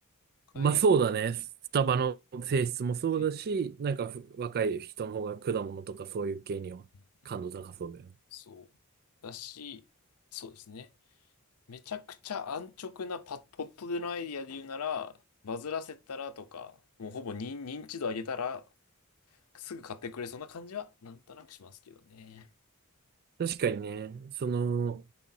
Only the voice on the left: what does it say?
若い、
若い
と、うんそう。だし、そうですね。めちゃくちゃ安直なパ、ポットでのアイディアで言うなら、バズらせたらとか、もうほぼ認、認知度上げたら、すぐ買ってくれそうな感じは、なんとなくしますけどね。